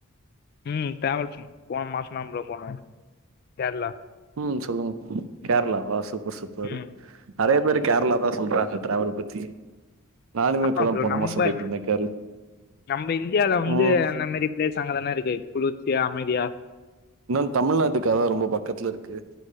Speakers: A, on the left; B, on the right.
A: ம் டிராவல் போன மாசந்தா ப்ரோ போன கேர்ளா
B: ம் சொல்லுங்க கேர்ளாவ சூப்பர் சூப்பர்
A: ம்
B: நறைய பேர் கேர்ளா தா சொல்றாங்க டிராவல் பத்தி நானுமே
A: ஆமா
B: இப்பதா
A: ப்ரோ
B: போன
A: நம்ப
B: மாசோ போயிட்டு இருந்தே கேரளா
A: நம்ப இந்தியால வந்து
B: ம்
A: அந்தமேரி பிளேஸ் அங்கதானே இருக்கு குளிர்ச்சியா அமைதியா
B: இன்னோ தமிழ்நாட்டுக்கதா ரொம்ப பக்கத்துல இருக்கு